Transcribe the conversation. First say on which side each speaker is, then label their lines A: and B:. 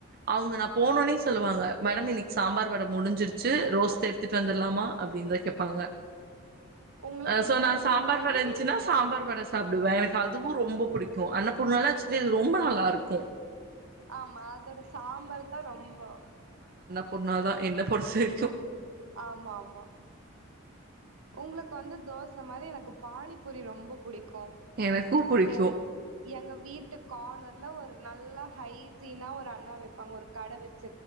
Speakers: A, on the right; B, on the right.
A: அவங்க நா போனோனே சொல்லுவாங்க மேம் நீக் சாம்பார் வட முடிஞ்சிருச்சு ரோஸ் தே எடுத்துட்டு வந்துடலாமா அப்டின்னு தான் கேட்பாங்க
B: உங்களுக்கு
A: சோ
B: தோச
A: நான் சாம்பார்
B: மாரி
A: வட இருந்துச்சுன்னா சாம்பார் வட சாப்படுவேன் எனக்கு அதுவும் ரொம்ப பிடிக்கும் அண்ணபூர்னால ஆக்சுலி அது ரொம்ப நல்லா இருக்கும்
B: ஆமா அதோட சாம்பார் தான் ரொம்போ
A: பொண்ணாதான் என்ன பொறுத்த வரைக்கும்
B: ஆமா ஆமா உங்களுக்கு வந்த தோசை மாரி எனக்கு பானிபூரி ரொம்ப புடிக்கும்
A: எனக்கு புடிக்கு
B: எளக் எங்க வீட்டு கானர்ல ஒரு நல்லா ஹைசினா ஒரு அண்ணா வைப்பாங்க ஒரு கட வச்ச